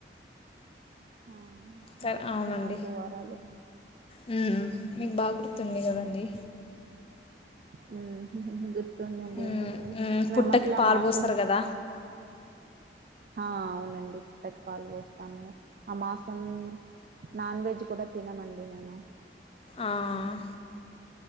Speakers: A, on the right; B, on the left.
A: ఆ
B: సరే
A: అదే
B: అవునండి.
A: నాలుగు వారాలు
B: హు మీకు బాగా గుర్తుండే కదండడి.
A: హుహు గు గుర్తుంది అండి
B: మ్మ్,
A: ఎందుకలే
B: మ్మ్.
A: మేము
B: పుట్టకి
A: అసలు ఆ
B: పాలు
A: మాసం
B: పోస్తారు కదా
A: ఆ అవునండి. <unintelligible> పుట్టకి పాలు పోస్తాము ఆ మాసం నాన్ వెజ్ కూడా తినమండి మేము
B: ఆ.